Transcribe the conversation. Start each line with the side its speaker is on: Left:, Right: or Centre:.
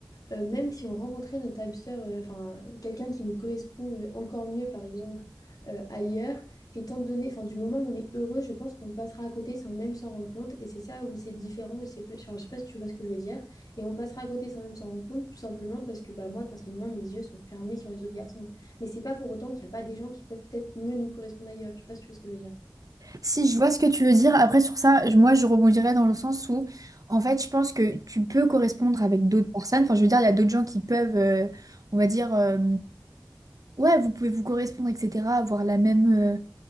Left: euh, même si on rencontrait notre âme sœur, euh, enfin quelqu'un qui nous correspond euh, encore mieux, par exemple, euh, ailleurs, étant donné, enfin du moment où on est heureux, je pense qu'on passera à côté sans même s'en rendre compte. Et c'est ça où c'est différent. Et c'est, peu- enfin, je sais pas si tu vois ce que je veux dire. Et on passera à côté sans même s'en rendre compte, tout simplement parce que bah, moi, personnellement, mes yeux sont fermés sur les autres garçons. Mais c'est pas pour autant qu'il n'y a pas des gens qui peuvent peut-être mieux nous correspondre ailleurs. Je sais pas si tu vois ce que je veux dire.
Right: Si, je vois ce que tu veux dire. Après, sur ça, je- moi, je rebondirais dans le sens où, en fait, je pense que tu peux correspondre avec d'autres personnes. Enfin, je veux dire, il y a d'autres gens qui peuvent, euh, on va dire, euh, ouais, vous pouvez vous correspondre, etc., avoir la même, euh,